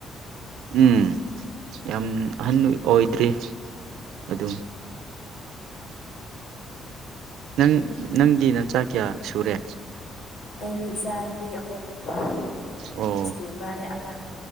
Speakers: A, on the right (about 80°); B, on the left (about 65°).
A: ꯎꯝ ꯌꯥꯝ ꯑꯍꯟ ꯑꯣꯏꯗ꯭ꯔꯤ ꯑꯗꯨꯝ ꯅꯪ ꯅꯪꯗꯤ ꯅꯆꯥ ꯀꯌꯥ ꯁꯨꯔꯦ
B: ꯑꯩꯒꯤ ꯏꯆꯥꯅꯨꯄꯤ ꯑꯍꯨꯝ ꯂꯩꯌꯦ ꯑꯅꯤꯗꯤ
A: ꯑꯣ
B: ꯁ꯭ꯀꯨꯜ ꯀꯥꯔꯦ ꯑꯃ